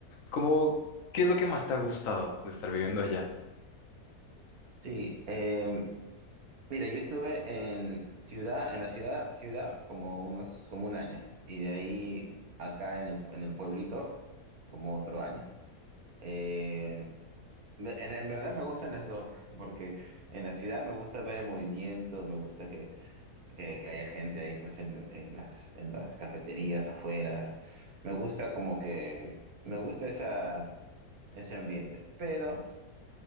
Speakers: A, on the left (about 60°); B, on the right (about 65°).
A: ¿Cómo, qué es lo que más te ha gustado de estar viviendo allá?
B: Sí, eh, Mira, yo estuve en ciudad, en la ciudad, ciudad como unos, como un año, y de ahí acá en el, en el pueblito como otro año. Eh, me- en, en verdad me gustan las dos, <laughs> porque en la ciudad me gusta ver el movimiento, me gusta que, que, que haya gente ahí pues en, en las, en las cafeterías afuera. Me gusta como que, me gusta esa, ese ambiente, pero...